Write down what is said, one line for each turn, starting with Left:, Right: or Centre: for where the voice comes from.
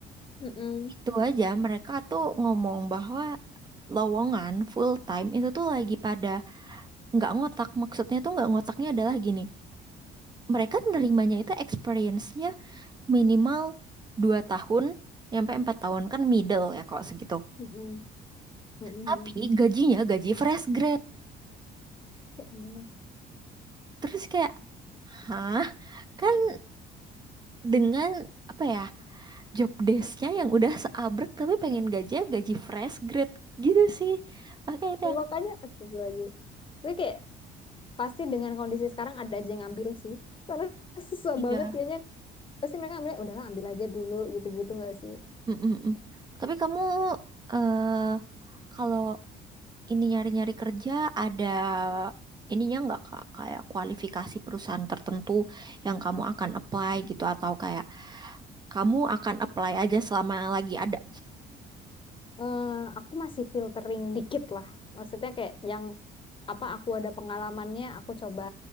Left: Mm-mm.
Right: Itu aja mereka tuh ngomong bahwa lowongan full time itu tuh lagi pada nggak ngotak. Maksudnya tuh nggak ngotaknya adalah gini. Mereka nerimanya itu experience-nya minimal 2 tahun sampai 4 tahun kan middle ya kok segitu.
Left: Mm-mm. Mm-mm.
Right: Tapi gajinya gaji fresh grade.
Left: Mm-mm.
Right: Terus kayak, hah? Kan dengan apa ya job desk-nya yang udah seabrek tapi pengen gajinya gaji fresh grade gitu sih. Makanya itu
Left: Ya,
Right: yang
Left: makanya aku lagi jadi kayak pasti dengan kondisi sekarang ada aja yang ngambil sih <laughs> karena susah
Right: iya.
Left: banget kayaknya pasti mereka ambil udahlah ambil aja dulu gitu-gitu nggak sih
Right: mm, mm, mm. Tapi kamu eh kalau ini nyari-nyari kerja ada ininya nggak Kak? Kayak kualifikasi perusahaan tertentu yang kamu akan apply gitu atau kayak kamu akan apply aja selama lagi ada.
Left: eh, aku masih filtering dikit lah. Maksudnya kayak yang apa aku ada pengalamannya, aku coba